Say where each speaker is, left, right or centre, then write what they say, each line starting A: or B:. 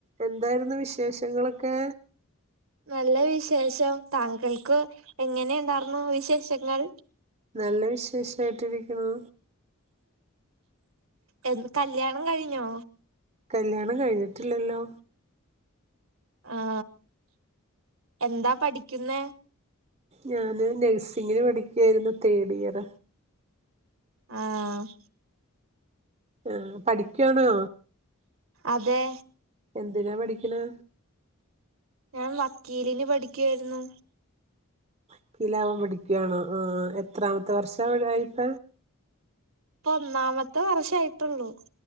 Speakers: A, on the right; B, on the right.
A: എന്തായിരുന്നു വിശേഷങ്ങളൊക്കെ
B: നല്ല വിശേഷം താങ്കൾക്ക് എങ്ങനെ ഉണ്ടായിന്ന വിശേഷങ്ങൾ
A: നല്ല വിശേഷായിട്ടിരിക്കുന്നു.
B: എന്ന് കല്യാണം കഴിഞ്ഞോ?.
A: കല്യാണം കഴിഞ്ഞിട്ടില്ലല്ലോ.
B: ആ എന്താ പഠിക്കുന്നേ?
A: ഞാന് നഴ്സിങ്ങിന് പഠിക്കായിരുന്നു തേർഡ് ഇയറ
B: ആഹ്‌.
A: ആ പഠിക്കുവാണോ
B: അതെ
A: എന്തിന പഠിക്കിനെ
B: ഞാൻ വക്കീലിന് പഠിക്കായിരുന്നു.
A: വക്കിലാവാൻ പടിക്കണോ ആ എത്രാമത്തെ വർഷം ആയിപ്പ
B: പ്പ ഒന്നാമത്തെ വർഷയിട്ടുള്ളൂ.